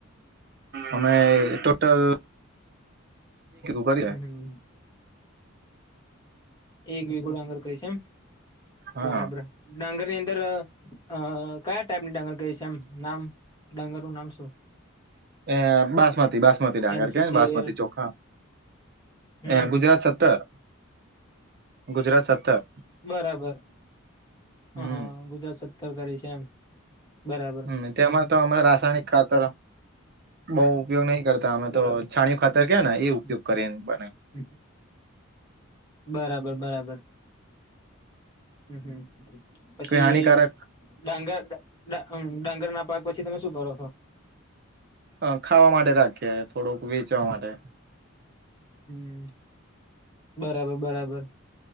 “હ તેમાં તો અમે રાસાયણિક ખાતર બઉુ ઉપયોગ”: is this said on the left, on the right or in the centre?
Right